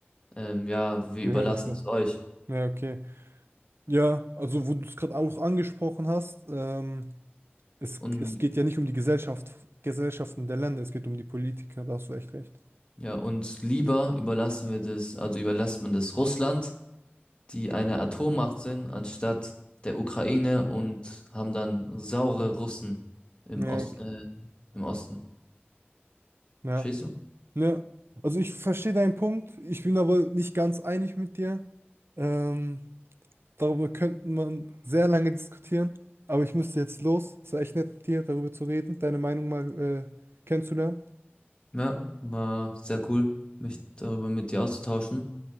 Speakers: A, on the left (about 25°); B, on the right (about 75°).
A: ähm, ja, wir
B: Wir
A: überlassen
B: hören Ja. uns so.
A: es euch.
B: Ja, okay. Ja, also wo du es gerade auch angesprochen hast, ähm, Es,
A: Und
B: es geht ja nicht um die Gesellschaft, Gesellschaften der Länder, es geht um die Politiker, da hast du echt recht.
A: ja, uns lieber überlassen wir das, also überlässt man das Russland, die eine Atommacht sind, anstatt der Ukraine und haben dann saure Russen im
B: Ja,
A: Ost,
B: ok-
A: äh, im Osten.
B: ja.
A: Verstehst du?
B: Ne, also ich verstehe deinen Punkt, ich bin aber nicht ganz einig mit dir. Ähm, darüber könnte man sehr lange diskutieren, aber ich müsste jetzt los. Es war echt nett, mit dir darüber zu reden, deine Meinung mal äh, kennenzulernen.
A: Ja, war sehr cool, mich darüber mit dir auszutauschen.